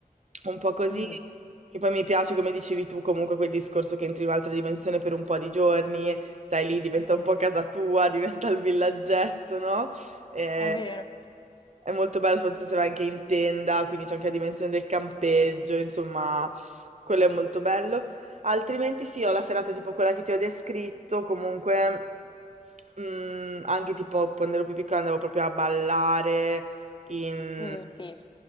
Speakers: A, on the right; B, on the left.
A: un po' così.
B: Mm,
A: Che poi mi piace, come dicevi tu, comunque quel discorso che entri in un'altra dimensione per un po' di giorni, stai lì, diventa un po' casa tua, <laughs> diventa il villaggetto, no? Eh,
B: è vero,
A: è molto bello, soprattutto se vai anche in tenda, quindi c'è anche la dimensione del campeggio, insomma, quello è molto bello. Altrimenti sì, ho la serata tipo quella che ti ho descritto, comunque mm, anche tipo quando ero più piccola andavo proprio a ballare in...
B: Mm, sì,